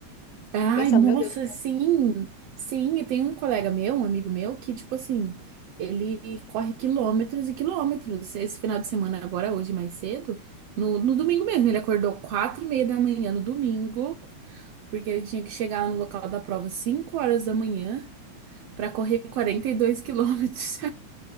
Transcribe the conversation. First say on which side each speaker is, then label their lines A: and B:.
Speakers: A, on the right; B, on the left.
A: Ai,
B: pensando,
A: nossa,
B: meu Deus,
A: sim. Sim, eu tenho um colega meu, um amigo meu, que, tipo assim, ele corre quilômetros e quilômetros. Esse final de semana, agora, hoje, mais cedo, no, no domingo mesmo. Ele acordou quatro e meia da manhã no domingo, porque ele tinha que chegar no local da prova cinco horas da manhã para correr 42 quilômetros.